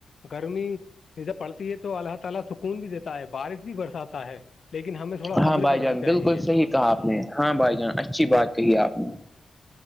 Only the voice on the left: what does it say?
گرمی جب پڑتی ہے تو اللہ تعالی سکون بھی دیتا ہے بارش بھی برساتا ہے لیکن ہمیں تھوڑا
سبر
کرنا
چاہیے